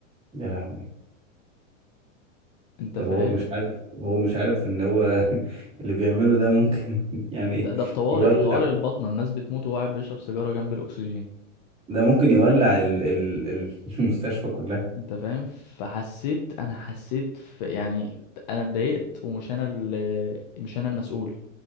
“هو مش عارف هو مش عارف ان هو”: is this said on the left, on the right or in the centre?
Right